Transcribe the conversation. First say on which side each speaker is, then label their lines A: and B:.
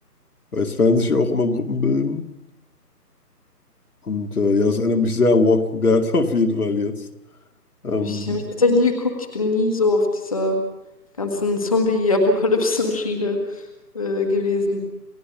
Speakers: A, on the left (about 65°); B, on the left (about 20°).
A: Weil es werden sich auch immer Gruppen bilden. Und äh, ja, es erinnert mich sehr an Walking Dead <laughs> auf jeden Fall jetzt. Ähm,
B: Ich habe ich tatsächlich nie geguckt. Ich bin nie so auf dieser ganzen Zombie-Apokalypsen-Schiene äh, gewesen.